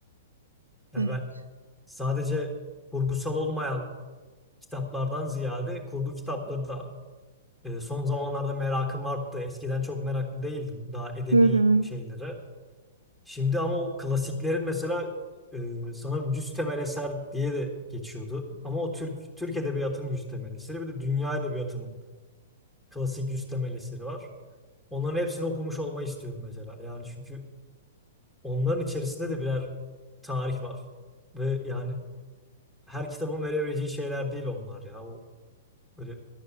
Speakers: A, in the centre; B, on the right.
A: Yani
B: Evet.
A: ben sadece kurgusal olmayan kitaplardan ziyade kurgu kitapları da e, son zamanlarda merakım arttı. Eskiden çok meraklı değildim daha edebi
B: Hı hı.
A: şeylere. Şimdi ama o klasiklerin mesela e, sanırım 100 temel eser diye de geçiyordu. Ama o Türk Türk edebiyatının 100 temel eseri bir de dünya edebiyatının klasik 100 temel eseri var. Onların hepsini okumuş olmayı istiyorum mesela. Yani çünkü onların içerisinde de birer tarih var. Ve yani her kitabın verebileceği şeyler değil onlar ya. O böyle